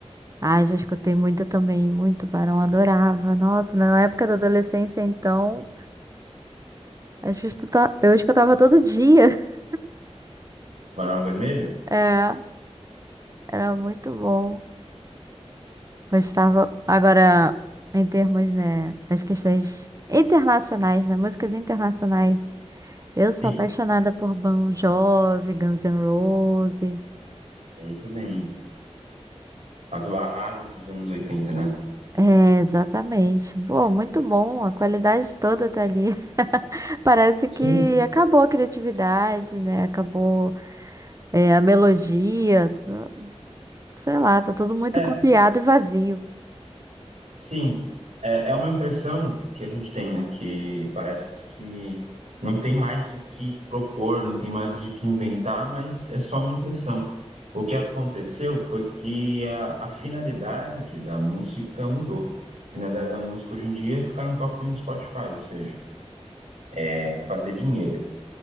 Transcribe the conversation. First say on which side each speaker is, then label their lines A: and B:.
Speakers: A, on the right; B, on the right.
A: Ah, já escutei muito também, muito Barão, adorava. Nossa, na época da adolescência, então, eu escuta- eu escutava todo dia. <laughs>
B: Barão Vermelho?
A: É, era muito bom. Gostava. Agora, em termos, né, das questões internacionais, né, músicas internacionais, eu sou
B: Sim,
A: apaixonada por Bon Jovi, Guns N' Roses.
B: muito bem. As baladas dos anos 80, né?
A: É, exatamente. Pô, muito bom, a qualidade toda tá ali. <laughs> Parece que
B: Sim.
A: acabou a criatividade, né? Acabou É, a melodia, tá- sei lá, tá tudo muito
B: É,
A: copiado e vazio.
B: Sim, é, é uma impressão que a gente tem, né? Que parece que não tem mais o que propor, não tem mais o que inventar, mas é só uma impressão. O que aconteceu foi que a, a finalidade da música mudou. A finalidade da música hoje em dia é ficar no top um do Spotify, ou seja, é fazer dinheiro.